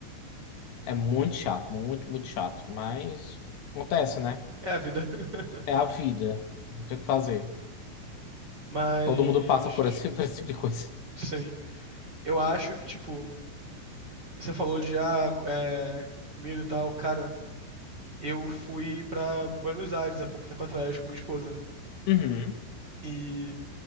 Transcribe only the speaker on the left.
é muito chato, muito, muito chato. Mas acontece, né?
É a vida. Não tem o que fazer.
Todo mundo passa por esse, <laughs> por esse tipo de coisa.
Uhum.